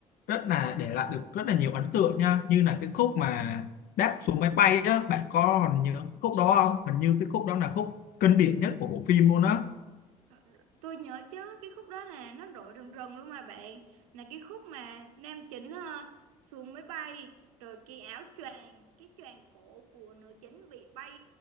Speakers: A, on the left; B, on the right.
A: rất là để lại được rất là nhiều ấn tượng nha như là cái khúc mà đáp xuống máy bay á bạn có còn nhớ cái khúc đó không hình như cái khúc đó là khúc kinh điển nhất của bộ phim luôn á
B: Ờ, Tôi nhớ chứ cái khúc đó là nó rội rần rần luôn mà bạn Là cái khúc mà nam chính ờ, xuống máy bay Rồi cái áo choàng Cái choàng cổ của nữ chính bị bay